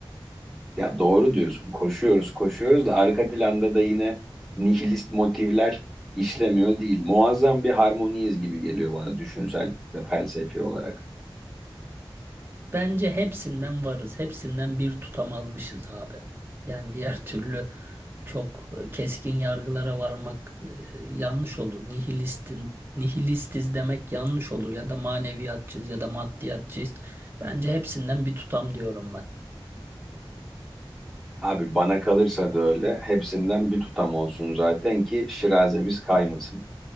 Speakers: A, in the centre; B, on the right.
A: Ya doğru diyorsun. Koşuyoruz, koşuyoruz da arka planda da yine nihilist motivler işlemiyor değil. Muazzam bir harmoniyiz gibi geliyor bana düşünsel ve felsefi olarak.
B: Bence hepsinden varız. Hepsinden bir tutam almışız abi. Yani diğer <laughs> türlü çok e, keskin yargılara varmak e, yanlış olur. Nihilistin, nihilistiz demek yanlış olur. Ya da maneviyatçıyız ya da maddiyatçıyız. Bence hepsinden bir tutam diyorum ben.
A: Abi bana kalırsa da öyle. Hepsinden bir tutam olsun zaten ki şirazemiz kaymasın.